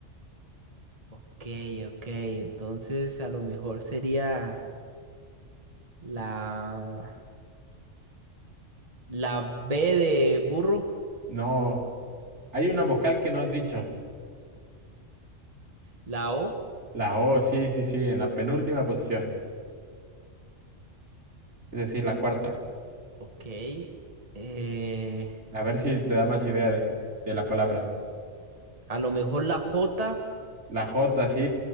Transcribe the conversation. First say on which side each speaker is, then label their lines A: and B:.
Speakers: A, on the right; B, on the right.
A: Ok, ok. Entonces, a lo mejor sería la, la B de burro.
B: No, hay una vocal que no has dicho.
A: La O.
B: La O, sí, sí, sí, en la penúltima posición, es decir, la cuarta.
A: Ok. eh,
B: A ver si te da más idea de, de la palabra.
A: a lo mejor la J.
B: La J, sí,